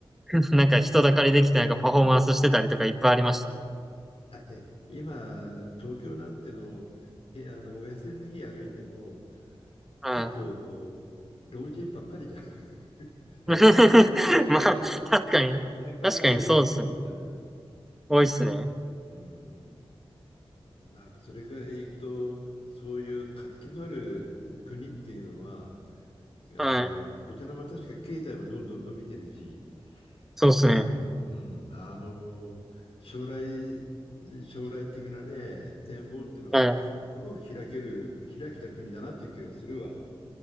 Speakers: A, in the centre; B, on the left.
A: <laughs> なんか人だかりできてなんかパフォーマンスしてたりとかいっぱいありました。
B: だって今、東京なんての、あの、お休みの日歩いても、
A: うん
B: 結構、老人ばっかりじゃん。<laughs> 老人ばっかりってこともないけれど、
A: <laughs> まあ、確かに。
B: 年配の人が多い、
A: 確かにそうですね。
B: 多いじゃん。
A: 多いですね。
B: うん。なんかそれからいくと、そういう活気のある国っていうのは、あの、
A: はい。
B: ベトナムは確か経済もどんどん伸びてるし、
A: そうですね。
B: あの、うん、あの、将来、将来的なね、展望っていうのが、
A: はい。
B: すごく開ける、開けた国だなっていう気がするわ。